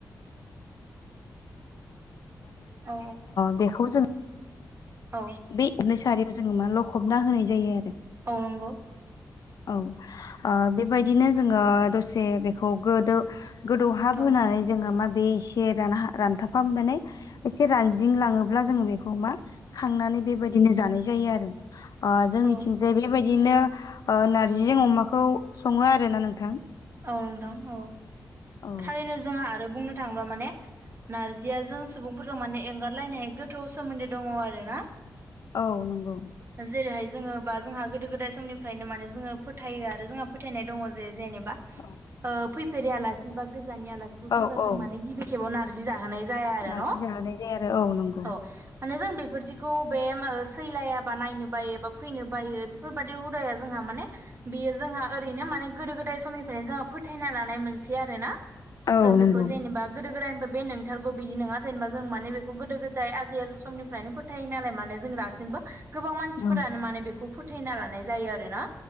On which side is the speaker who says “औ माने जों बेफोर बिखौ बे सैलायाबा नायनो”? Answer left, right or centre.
Right